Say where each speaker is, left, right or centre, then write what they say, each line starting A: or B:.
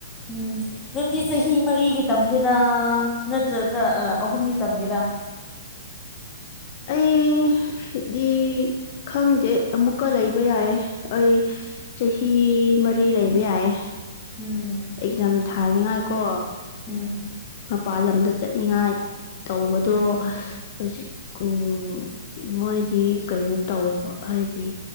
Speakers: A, on the left; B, on the left.
A: ꯎꯝ ꯅꯪꯗꯤ ꯆꯍꯤ ꯃꯔꯤꯒꯤ ꯇꯝꯒꯦꯔꯥ ꯅꯠꯇ꯭ꯔꯒ ꯑ ꯑꯍꯨꯝꯒꯤ ꯇꯝꯒꯦꯔꯥ <inaudible>
B: ꯑꯩꯗꯤ ꯈꯪꯗꯦ ꯑꯃꯨꯛꯀ ꯂꯩꯕ ꯌꯥꯏꯦ ꯑꯩ ꯆꯍꯤ ꯃꯔꯤ ꯂꯩꯕ ꯌꯥꯏꯌꯦ
A: ꯎꯝ
B: ꯑꯦꯛꯖꯥꯝ ꯊ ꯊꯥꯅꯤꯡꯉꯥꯏꯀꯣ
A: ꯎꯝ
B: ꯃꯄꯥꯜ ꯂꯝꯗ ꯆꯠꯅꯤꯡꯉꯥꯏ ꯇꯧꯕꯗꯣ
A: ꯎꯝ ꯎꯝ
B: ꯍꯧꯖꯤꯛ ꯎꯝ ꯃꯣꯏꯗꯤ ꯀꯩꯅꯣ ꯇꯧꯋꯦꯕ ꯍꯥꯏꯗꯤ